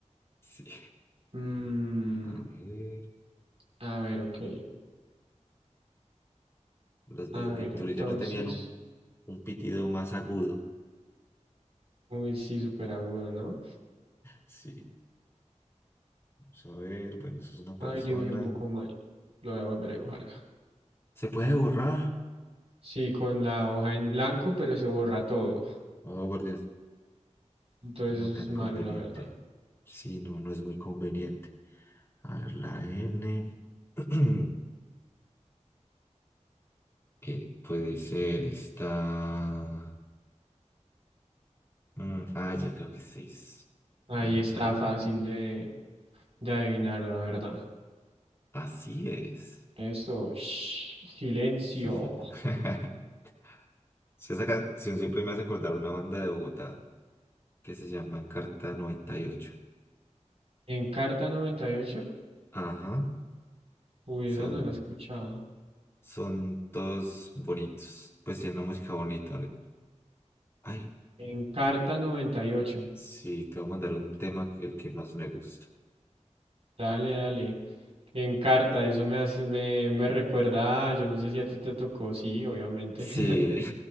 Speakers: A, on the left; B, on the right.
A: Sí.
B: Mm,
A: A ver,
B: a ver, ok.
A: los de
B: A
A: pintura
B: ver, entonces.
A: yo no tenían un, un pitido más agudo.
B: Uy, sí, súper agudo, ¿no?
A: Sí, vamos a ver, bueno, eso es una persona.
B: Ay, dibujé un poco mal. Lo voy a volver a dibujar.
A: ¿Se puede borrar?
B: Sí, con la hoja en blanco, pero se borra todo.
A: Oh, por Dios,
B: Entonces
A: no
B: eso
A: tan
B: es malo,
A: conveniente.
B: la verdad.
A: Sí, no, no es muy conveniente. A ver, la N, <clears throat> que puede ser esta... Mm, ah, ya creo que seis.
B: Ahí
A: Vamos
B: está
A: a ver.
B: fácil de... de adivinar la verdad.
A: Así es.
B: Eso, shh, silencio.
A: <laughs> Sí, Esa canción siempre me hace acordar una banda de Bogotá que se llama Encarta noventa y ocho.
B: En carta noventa y ocho
A: Ajá,
B: uy,
A: son,
B: esa no la he escuchado.
A: son todos bonitos. Pues tienen una música bonita. A ver. Ay,
B: En carta noventa y ocho
A: sí, te voy a mandar un tema que el que más me gusta.
B: dale, dale. En carta, eso me hace, me, me recuerda, a- yo no sé si a ti te tocó, sí, obviamente.
A: Sí,
B: <laughs>